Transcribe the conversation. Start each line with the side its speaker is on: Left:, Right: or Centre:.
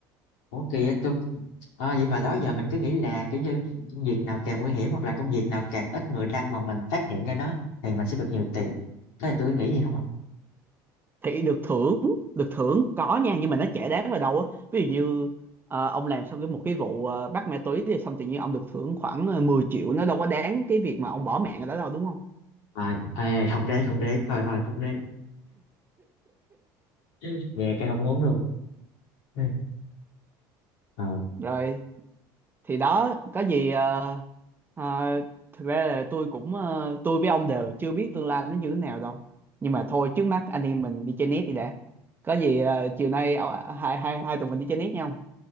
Left: ủa kìa tôi Ờ, vậy mà đó giờ mình cứ nghĩ là kiểu như công việc nào càng nguy hiểm hoặc là công việc nào càng ít người đăng mà mình phát hiện ra nó thì mình sẽ được nhiều tiền thế là tôi nghĩ gì không á
Right: thì được thưởng được thưởng có nha nhưng mà nó chả đáng vào đâu á ví dụ như ờ, ông làm xong cái một cái vụ ờ, bắt ma túy thì xong tự nhiên ông được thưởng khoảng ờ, 10 triệu nó đâu có đáng cái việc mà ông bỏ mạng ở đó đâu đúng không
Left: à, ê, ê, không đến không đến thôi thôi không đến <laughs> nghe cái không muốn luôn Ừ. Ờ,
Right: rồi thì đó có gì ờ, ờ, thực ra là tôi cũng ờ, tôi với ông đều chưa biết tương lai nó như thế nào đâu nhưng mà thôi trước mắt anh em mình đi chơi net đi đã có gì ờ, chiều nay ờ, hai hai hai tụi mình đi chơi net nhau